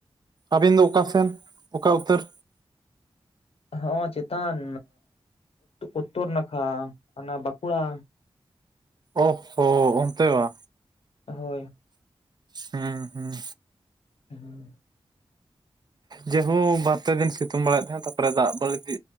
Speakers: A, on the right; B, on the left.
A: ᱟᱵᱤᱱ ᱫᱚ ᱚᱠᱟᱥᱮᱱ ᱚᱠᱟ ᱩᱛᱟᱹᱨ
B: ᱦᱚᱸᱜᱚ ᱪᱮᱛᱟᱱ ᱩᱛᱛᱚᱨ ᱱᱟᱠᱷᱟ ᱚᱱᱟ ᱵᱟᱸᱠᱩᱲᱟ
A: ᱳᱜ ᱦᱳ ᱚᱱᱛᱮ ᱵᱟ
B: ᱦᱳᱭ
A: ᱦᱩᱸᱢ ᱦᱩᱸᱢ
B: <unintelligible>
A: ᱡᱮ ᱦᱳ ᱵᱟᱨ ᱯᱮ ᱫᱤᱱ ᱥᱤᱛᱩᱝ ᱵᱟᱲᱟᱭᱮᱫ ᱛᱟᱦᱮᱸᱜ ᱛᱟᱯᱚᱨᱮ ᱫᱟᱜ ᱵᱟᱲᱛᱤ